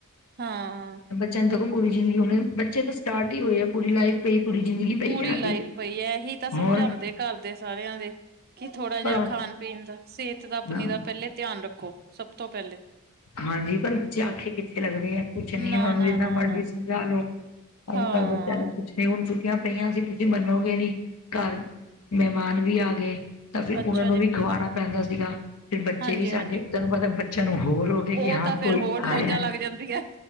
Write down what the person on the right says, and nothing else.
ਹਾਂ
ਪੂਰੀ
ਲਾਈਫ
ਪਈ ਹੈ ਇਹੀ ਤਾਂ ਸਮਝਾਉਦੇ
ਘਰ ਦੇ ਸਾਰਿਆਂ ਦੇ ਕਿ ਥੋੜ੍ਹਾ ਜਿਹਾ
ਖਾਣ ਪੀਣ ਦਾ ਸਿਹਤ ਦਾ ਆਪਣੀ
ਦਾ ਪਹਿਲੇ ਧਿਆਨ ਰੱਖੋ ਸਭ ਤੋਂ ਪਹਿਲੇ
ਨਾ
ਨਾ
ਨਾ
ਨਾ
ਹਾਂ
ਅੱਛਾ
ਜੀ
ਹਾਂਜੀ
ਹਾਂਜੀ
ਉਹ
ਤਾਂ ਫੇਰ
ਹੋਰ ਮੌਜਾਂ
ਲੱਗ ਜਾਂਦੀਆਂ